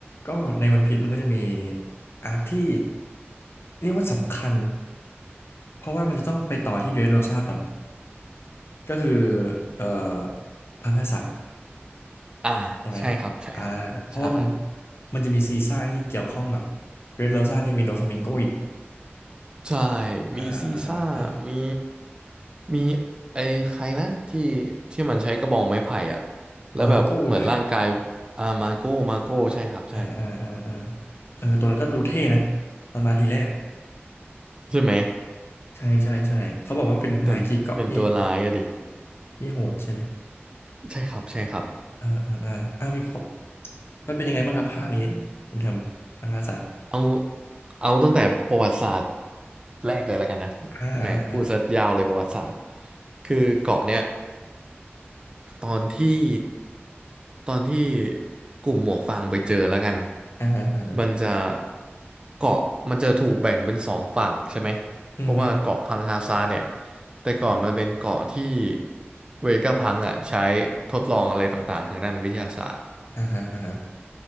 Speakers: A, on the left; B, on the right.
A: ก็ในวันพีชมันก็จะมีอาร์คที่เรียกว่าสำคัญเพราะว่ามันจะต้องไปต่อที่เดรสโรซาก่อนก็คือเอ่อพังกษัตริย์
B: อ่าใช่ครับใช่ครับใช่
A: ใช่ไหมอ่าเพราะว่ามันมันจะมีซีซ่าที่เกี่ยวข้องกับเดรสโรซาเนี่ยมีโดฟามิงโกอีก
B: ใช่
A: อ่าอ่าอ่าอ่า
B: มีซีซ่ามีมีไอ้ใครนะที่ที่มันใช้กระบองไม้ไผ่อะแล้วแบบเหมือนร่างกาย
A: วาโก้ปะ
B: อ่ามาโก้มาโก้ใช่ครับใช่
A: อ่าอ่าอ่าอ่าเออตัวนั้นก็ดูเท่นะตอนมาทีแรก
B: ใช่ไหม
A: ใช่ใช่ใช่เขาบอกว่าเป็นฮาคิเกาะที่
B: แต่เป็นตัวร้ายอะดิ
A: ที่โหดใช่ไหม
B: ใช่ครับใช่ครับ
A: อ่าอ่าอ่าอ่ามีข้อมันเป็นยังไงบ้างครับภาคนี้คุณทำพังกษัตริย์
B: เอาเอาตั้งแต่ประวัติศาสตร์แรกเลยแล้วกันนะ
A: อ่า
B: แหมพูดซะยาวเลยประวัติศาสตร์คือเกาะเนี้ย ตอนที่ตอนที่กลุ่มหมวกฟางไปเจอแล้วกัน
A: อ่าอ่าอ่าฮะอ่าฮะ
B: มันจะเกาะมันจะถูกแบ่งเป็นสองฝั่งใช่ไหมเพราะว่าเกาะพังฮาซาเนี่ย
A: อืมฮึ
B: แต่ก่อนมันเป็นเกาะที่เวก้าพังอ่ะใช้ทดลองอะไรต่างๆทางด้านวิทยาศาสตร์
A: อ่าฮะอ่าฮะ